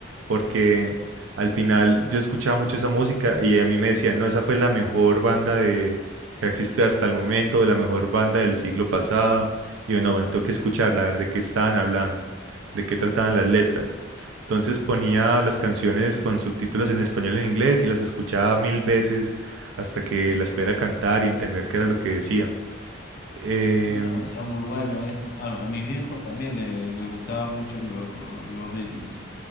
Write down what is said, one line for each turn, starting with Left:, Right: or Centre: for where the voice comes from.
Right: porque al final yo escuchaba mucho esa música y a mí me decían, no, esa fue la mejor banda de, que existe hasta el momento, la mejor banda del siglo pasado. Y bueno, bueno, tengo que escucharla, a ver de qué estaban hablando, de qué trataban las letras. Entonces ponía las canciones con subtítulos en español y en inglés y las escuchaba mil veces hasta que las pudiera cantar y entender qué era lo que decía. Eh,
Left: Bueno, era muy bueno eso. A, a mis viejos también le- les gustaban mucho los, los Beatles.